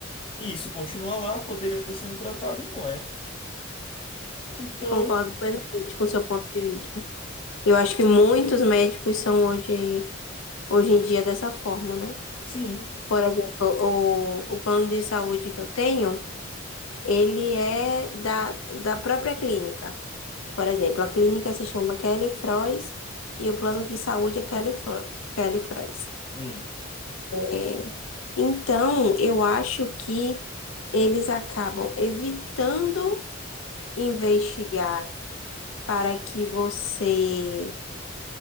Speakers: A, on the left; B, on the left.
A: Isso continua lá, poderia estar sendo tratado e não é. Então,
B: concordo plenamente com o seu ponto de vista. Eu acho que muitos médicos são hoje, hoje em dia dessa forma, né?
A: sim.
B: Por exemplo, o, o plano de saúde que eu tenho, ele é da, da própria clínica. Por exemplo, a clínica se chama Kelly Frois e o plano de saúde é Kelly, Fro- Kelly Frois.
A: Hum.
B: É, então, eu acho que eles acabam evitando investigar para que você